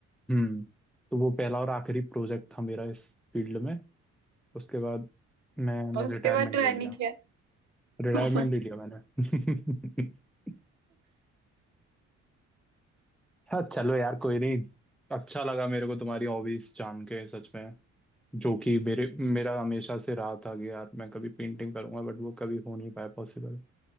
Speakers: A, in the centre; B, on the right (about 70°).
A: हम्म तो वो पहला और आखिरी प्रोजेक्ट था मेरा इस फील्ड में उसके बाद मैंने
B: उसके
A: रिटायरमेंट
B: बाद ट्राई
A: ले लिया
B: नहीं किया
A: रिटायरमेंट
B: Oh my।
A: ले लिया मैंने <laughs> हाँ चलो यार कोई नहीं अच्छा लगा मेरे को तुम्हारी हॉबीज जान के सच में जो कि मेरे मेरा हमेशा से रहा था कि यार मैं कभी पेंटिंग करूंगा बट वो कभी हो नहीं पाया पॉसिबल